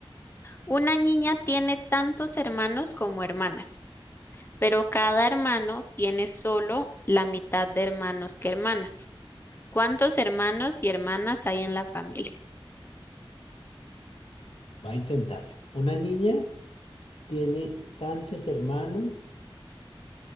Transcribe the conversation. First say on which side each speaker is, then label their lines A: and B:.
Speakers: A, on the left; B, on the left.
A: Una niña tiene tantos hermanos como hermanas, pero cada hermano tiene solo la mitad de hermanos que hermanas. ¿Cuántos hermanos y hermanas hay en la familia?
B: Va a intentarlo. Una niña tiene tantos hermanos